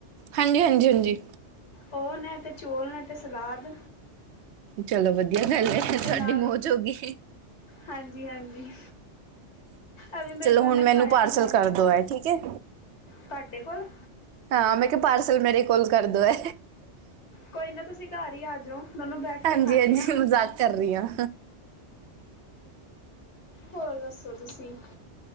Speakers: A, on the right (about 75°); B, on the left (about 75°).
A: ਹਾਂਜੀ-ਹਾਂਜੀ, ਹਾਂਜੀ।
B: ਉਹ ਨੇ ਤੇ, ਚੋਲ ਨੇ ਤੇ ਸਲਾਦ।
A: ਚਲੋ ਵਧੀਆ ਗੱਲ ਏ,
B: ਅਤੇ
A: ਤੁਹਾਡੀ
B: ਨਾਲ
A: ਮੌਜ ਹੋ ਗਈ।
B: ਹਾਂਜੀ ਹਾਂਜੀ ਐਵੇਂ ਮੇਰੇ
A: ਚਲੋ
B: ਤੋਂ
A: ਹੁਣ,
B: ਇੰਨਾ
A: ਮੈਨੂੰ
B: ਖਾਇਆ
A: ਪਾਰਸਲ
B: ਨਹੀਂ ਜਾਣਾ
A: ਕਰਦੋ ਐ, ਠੀਕ ਏ।
B: ਤੁਹਾਡੇ ਕੋਲ?
A: ਹਾਂ, ਮੈਂ ਕਿਹਾ ਪਾਰਸਲ ਮੇਰੇ ਕੋਲ ਕਰਦੋ ਐ।
B: ਕੋਈ ਨਾ ਤੁਸੀਂ ਘਰ ਹੀ ਆ ਜਾਓ ਦੋਨੋਂ ਬੈਠ
A: ਹਾਂਜੀ-ਹਾਂਜੀ,
B: ਕੇ ਖਾਂਦੇ ਹਾਂ
A: ਮਜ਼ਾਕ ਕਰ ਰਹੀ ਆਂ।
B: ਹੋਰ ਦੱਸੋ ਤੁਸੀਂ?